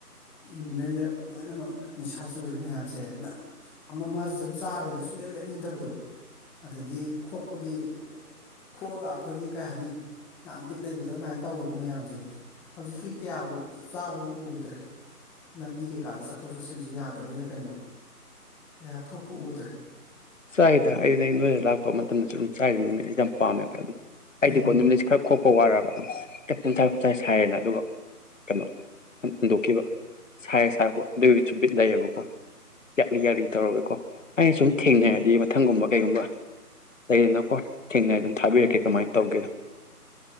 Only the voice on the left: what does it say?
ꯆꯥꯏꯗ ꯑꯩꯅ ꯅ ꯅꯣꯏꯗ ꯂꯥꯛꯄ ꯃꯇꯝꯗꯁꯨ ꯑꯗꯨꯝ ꯆꯥꯏꯗ ꯅꯨꯃꯤꯠ ꯑꯩꯁꯦ ꯌꯥꯝ ꯄꯥꯝꯃꯦꯕꯗ ꯑꯗꯨꯝ ꯑꯩꯗꯤꯀꯣ
ꯅꯨꯃꯤꯠꯁꯦ ꯈꯔ ꯈꯣꯛꯄ ꯋꯥꯔꯔꯕ ꯑꯗꯨꯝ ꯇ ꯇꯥꯏ ꯁꯥꯏꯌꯦꯅ ꯑꯗꯨꯒ ꯀꯩꯅꯣ ꯍꯟꯗꯣꯛꯈꯤꯕ ꯁꯥꯏ ꯁꯥꯏ ꯑꯗꯨꯕꯤꯠ ꯂꯩꯌꯦꯕꯀꯣ ꯌꯥꯛꯔꯤ ꯌꯥꯛꯂꯤ ꯇꯧꯔꯒꯦꯀꯣ ꯑꯩꯅ ꯁꯨꯝ ꯊꯦꯡꯅꯔ ꯗꯤ ꯃꯊꯪꯒꯨꯝꯕ ꯀꯩꯒꯨꯝꯕ ꯂꯩꯗꯅꯀꯣ ꯊꯦꯡꯅ ꯑꯗꯨꯝ ꯊꯥꯕꯤꯔꯛꯀꯦ ꯀꯃꯥꯏꯅ ꯇꯧꯒꯦꯗꯣ